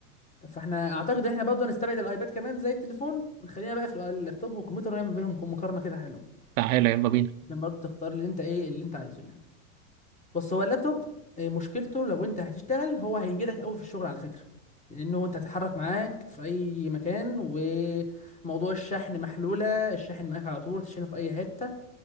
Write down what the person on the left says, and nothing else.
طب فاحنا اعتقد ان احنا برضه هنستبعد الايباد كمان زي التليفون ونخلينا بقى في اللابتوب والكمبيوتر ونعمل بينهم مقارنه كده حلوه
عشان برضه تختار اللي انت ايه اللي انت عايزه يعني بص هو اللابتوب آه، مشكلته لو انت هتشتغل هو هينجدك قوي في الشغل على فكرة لانه انت هتتحرك معاك في اي مكان وموضوع الشحن محلولة الشاحن معاك على طول تشحنه في اي حتة